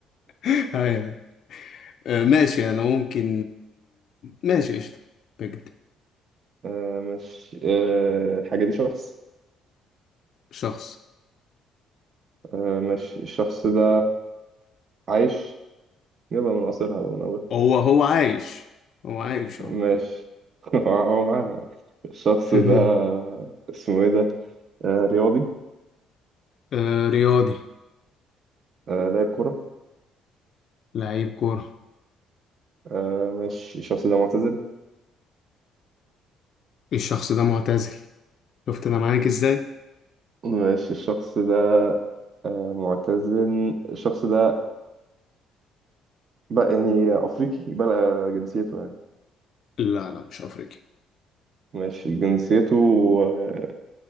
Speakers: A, on the left (about 55°); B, on the right (about 45°).
A: <laughs> ايوه آه، ماشي انا ممكن ماشي قشطه بجد
B: آه مش آه الحاجة دي شخص
A: شخص
B: آه مش الشخص ده عايش يبقى من قصرها ومن أولها
A: هو هو عايش هو عايش اه
B: ماشي <laughs> هو معانا الشخص
A: <laughs>
B: ده اسمه إيه ده آه رياضي
A: آه، رياضي
B: آه لاعب كرة
A: لعيب كوره
B: آه ماشي الشخص ده معتزل
A: الشخص ده معتزل شفت انا معاك ازاي
B: ماشي الشخص ده آه، معتزل الشخص ده بقى يعني أفريقي بقى جنسيته يعني
A: لا لا مش افريقي
B: ماشي جنسيته آه،